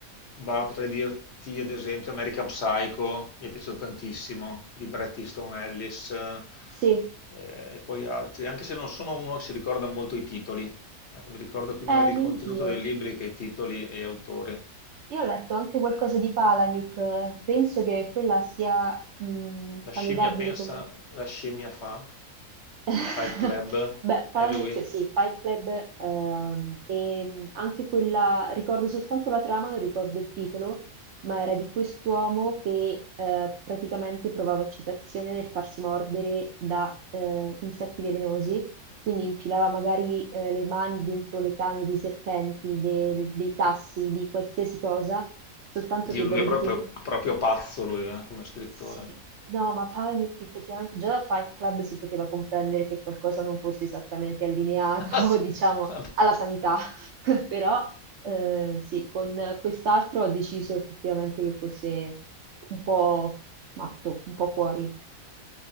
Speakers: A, on the left (about 55°); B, on the right (about 65°).
A: Bah, potrei dirti ad esempio American Psycho, mi è piaciuto tantissimo, di Bret Easton Ellis eh,
B: Sì,
A: e poi altri, anche se non sono uno che si ricorda molto i titoli, Ecco, mi ricordo più
B: eh,
A: magari il contenuto
B: anch'io.
A: dei libri che i titoli e autori.
B: Io ho letto anche qualcosa di Palahniuk, eh, penso che quella sia mm,
A: La
B: candidabile
A: scimmia pensa,
B: come
A: la scimmia fa,
B: <laughs>
A: Fight Club,
B: Beh,
A: è
B: Palagnet,
A: lui,
B: sì, Fight Club, ehm, e anche quella, ricordo soltanto la trama, non ricordo il titolo, ma era di quest'uomo che eh, praticamente provava eccitazione nel farsi mordere da eh, insetti velenosi, quindi infilava magari eh, le mani dentro le tane dei serpenti, del- dei tassi, di qualsiasi cosa, soltanto
A: Dio
B: che
A: lui
B: dopodiché
A: è proprio, proprio pazzo lui eh, come scrittore.
B: sì. No, ma Panic effettivamente già da Fight Club si poteva comprendere che qualcosa non fosse esattamente allineato,
A: <laughs> Ah, sì.
B: <laughs> diciamo,
A: Vabbè.
B: alla sanità, <laughs> però eh, sì, con quest'altro ho deciso effettivamente che fosse un po' matto, un po' fuori.